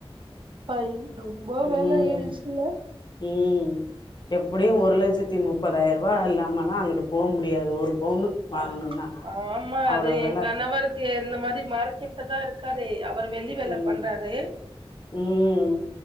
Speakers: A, on the right; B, on the left.
A: அய் ரொம்ப வெல
B: ம்
A: ஏறிடிச்சில்ல
B: ம் எப்டியு ஒரு லட்சத்தி முப்பதாயிர ரூவா இல்லாமலா அங்குட்டு போ முடியாது ஒரு பவுனு வாங்கணும்னா
A: அ ஆமா
B: அவ்ளோ
A: அது
B: வெல
A: என் கணவருக்கு இந்த மாரி மார்கெட்டு தா இரு க்காரே அவரு வெள்ளி வேல
B: ம்
A: பண்றாரு
B: ம்